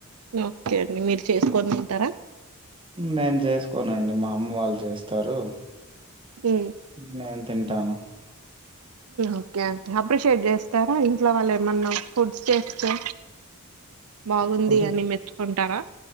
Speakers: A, on the right; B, on the right.
A: ఓకే అండి. మీరు చేసుకొని తింటరా?
B: నేను చేసుకోనండి మా అమ్మ వాళ్ళు చేస్తారు.
A: హ్
B: నేను తింటాను.
A: ఓకే అండి అప్రిషియేట్ చేస్తరా ఇంట్లో వాళ్ళు ఏమన్నా ఫుడ్స్ చేస్తే. బాగుంది
B: ఫుడ్
A: అని మెచ్చుకుంటారా?